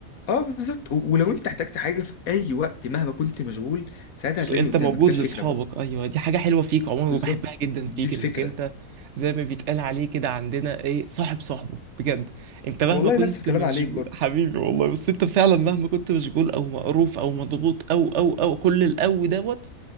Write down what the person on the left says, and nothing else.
اه بالظبط و- ولو انت احتجت حاجه في اي وقت مهما كنت مشغول ساعتها هتلاقيني
قدامك
ده الفكره
بقى
بالظبط
دي
الفكره
والله
نفس الكلام
عليك برضه